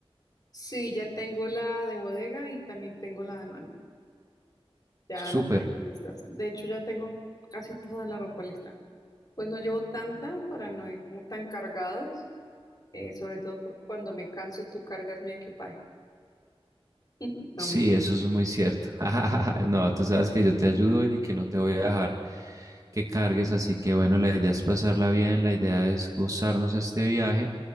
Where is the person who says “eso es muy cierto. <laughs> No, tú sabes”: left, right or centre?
Right